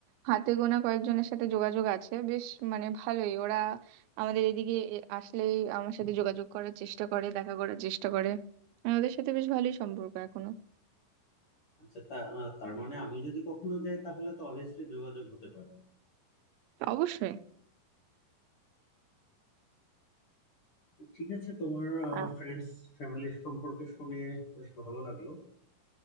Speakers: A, on the right; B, on the left.
A: হাতে গোনা কয়েকজনের সাথে যোগাযোগ আছে বেশ মানে ভালোই ওরা আমাদের এদিকে এ- আসলেই আমার সাথে যোগাযোগ করার চেষ্টা করে দেখা করার চেষ্টা করে আর ওদের সাথে বেশ ভালোই সম্পর্ক এখনো
B: আচ্ছা তা আহ, তার মানে আমি যদি কখনো যাই তাহলে তো অবভিয়াসলি যোগাযোগ হতে পারে
A: অবশ্যই
B: ঠিক আছে তোমার
A: আ-
B: ফ্রেন্ডস ফ্যামিলির সম্পর্কে শুনে বেশ ভালো লাগলো